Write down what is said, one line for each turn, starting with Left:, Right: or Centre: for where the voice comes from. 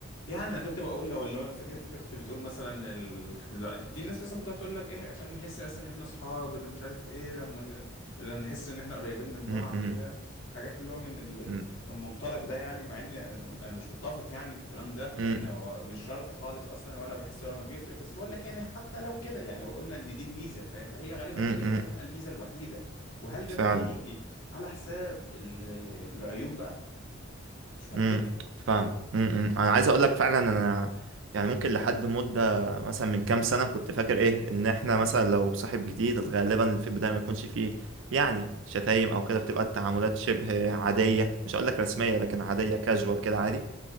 Left: يعني انا كنت بقول لو اللي هو فكره انت كنت بتقول مثلا ال... في ناس مثلا بتقعد تقول لك ايه عشان نحس مثلا ان احنا اصحاب ان مش عارف ايه لو مش... لو نحس ان احنا قريبين من
Right: م-
Left: بعض
Right: م-
Left: فاهم حاجات اللي هو من ال-
Right: م-
Left: المنطلق ده يعني مع اني انا مش متفق يعني في الكلام ده
Right: م-
Left: لان هو مش شرط خالص اصلا ولا بحس ان هو بيفرق بس بقول لك يعني حتى لو كده يعني لو قلنا ان دي الميزه فاهم فهي غالبا
Right: م- م-
Left: هي دي هتبقى الميزه الوحيده وهل
Right: فعلا
Left: ده بقى هيجي على حساب ال- العيوب بقى مش منطقي
Right: امم فاهم امم امم. انا عايز اقول لك فعلا انا يعني ممكن لحد مده مثلا من كام سنه كنت فاكر ايه ان احنا مثلا لو صاحب جديد غالبا في البدايه ما يكونش فيه يعني شتايم او كده بتبقى التعاملات شبه عاديه مش هقول لك رسميه لكن عاديه كاجوال كده عادي